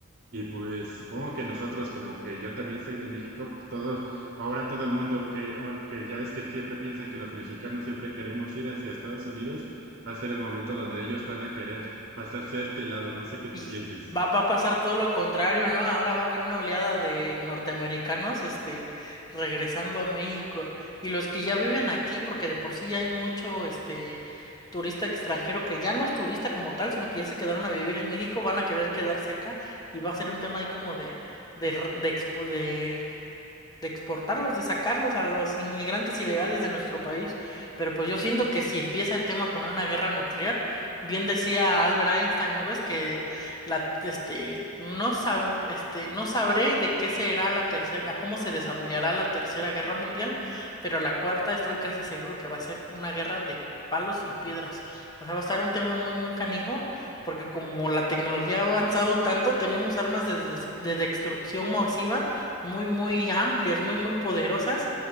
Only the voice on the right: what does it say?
y pues supongo que nosotros, como que yo también soy de México, pues todos, ahora todo el mundo que, ah, que ya ves que siempre piensan que los mexicanos siempre queremos ir hacia Estados Unidos, va a ser el momento donde ellos van a querer pasarse a este lado. No sé qué tú
pienses.